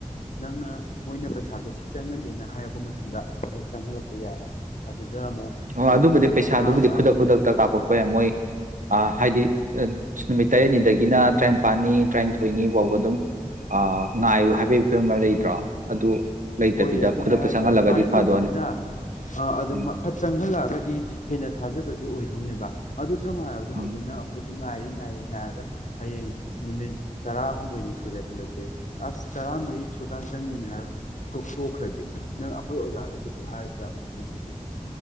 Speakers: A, on the left (about 70°); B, on the right (about 75°).
A: ꯅꯪꯅ ꯃꯣꯏꯅ ꯄꯩꯁꯥꯗꯣ ꯁꯤ ꯆꯪꯉꯅꯤꯅ ꯍꯥꯏꯔꯛꯄ ꯃꯇꯝꯗ ꯑꯗꯨꯝ ꯆꯪꯍꯜꯂꯛꯄ ꯌꯥꯏ ꯍꯥꯏꯕ ꯑꯗꯨꯗ ꯑꯃꯨꯛ
B: ꯑꯣ
A: ꯍꯥꯏꯗꯤ
B: ꯑꯗꯨꯕꯨꯗꯤ
A: ꯅꯨꯃꯤꯠ
B: ꯄꯩꯁꯥꯗꯨꯕꯨꯗꯤ
A: ꯍꯞꯇꯥ ꯑꯃ
B: ꯈꯨꯗꯛ
A: ꯑꯅꯤ
B: ꯈꯨꯗꯛꯇ ꯀꯥꯞꯄꯛꯄ ꯌꯥꯏ ꯃꯣꯏ ꯍꯥꯏꯗꯤ ꯅꯨꯃꯤꯠ ꯇꯔꯦꯠꯅꯤꯗꯒꯤꯅ ꯇꯔꯥꯅꯤꯄꯥꯜꯅꯤ ꯇꯔꯥꯅꯤꯊꯣꯏꯅꯤ ꯐꯥꯎꯕ ꯑꯗꯨꯝ ꯉꯥꯏꯌꯨ ꯍꯥꯏꯕꯒꯤ ꯐꯤꯕꯝ ꯑꯃ ꯂꯩꯇ꯭ꯔꯣ ꯑꯗꯨ ꯂꯩꯇꯕꯤꯗ
A: ꯍꯣꯏ ꯑꯗꯨꯅꯦ
B: ꯈꯨꯗꯛꯇ
A: ꯍꯥꯏꯔꯤꯁꯦ
B: ꯆꯪꯍꯜꯂꯒꯗꯤ
A: ꯑꯗꯨꯃꯥꯏꯅ
B: ꯐꯗꯣꯏꯅꯦ
A: ꯇꯧꯕꯅꯤꯅ ꯑ ꯑꯗꯨꯝ
B: ꯎꯝ
A: ꯐꯠ ꯆꯪꯍꯜꯂꯛ ꯀꯗꯤ ꯍꯦꯟꯅ ꯊꯥꯖꯕꯁꯦ ꯑꯣꯏꯗꯧꯅꯦꯕ ꯑꯗꯨ ꯁꯝꯅ ꯍꯥꯏꯔꯕꯗ
B: ꯎꯝ
A: ꯍꯧꯖꯤꯛꯅ ꯑꯩꯈꯣꯏꯗ ꯉꯥꯏꯔꯤ ꯉꯥꯏꯔꯤ ꯉꯥꯏꯔꯒ ꯍꯌꯦꯡ ꯅꯨꯃꯤꯠ ꯇꯔꯥꯍꯨꯝꯗꯣꯏꯅꯤ ꯁꯨꯔꯦ ꯈꯜꯂꯁꯦ ꯑꯁ ꯇꯔꯥꯃꯔꯤ ꯁꯨꯔꯀꯥꯟꯗ ꯆꯪꯒꯦꯅ ꯍꯥꯏꯔ ꯇꯣꯛ ꯇꯣꯛꯈ꯭ꯔꯗꯤ ꯅꯪ ꯑꯩꯈꯣꯏ ꯑꯣꯖꯥꯗ ꯀꯩꯁꯨ ꯍꯥꯏꯔꯁꯨ ꯌꯥꯕ ꯁꯤꯗꯤ